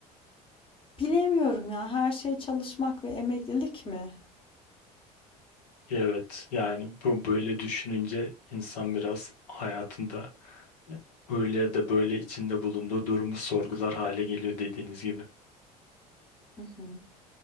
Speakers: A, on the left (about 25°); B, on the left (about 75°).
A: Bilemiyorum ya her şey çalışmak ve emeklilik mi?
B: Evet yani bu böyle düşününce insan biraz hayatında e, öyle ya da böyle içinde bulunduğu durumu sorgular hale geliyor dediğiniz gibi.
A: Hı hı.